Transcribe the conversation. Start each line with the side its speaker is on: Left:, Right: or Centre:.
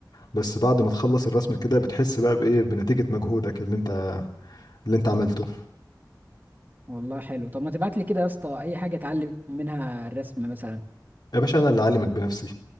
Left: بس بعد ما تخلص الرسمة كده بتحس بقى بإيه بنتيجة مجهودك اللي أنت اللي أنت عملته
Right: والله حلو طب ما تبعت لي كده يا اسطى اي حاجه اتعلم منها الرسم مثلا
Left: يا باشا أنا اللي أعلمك بنفسي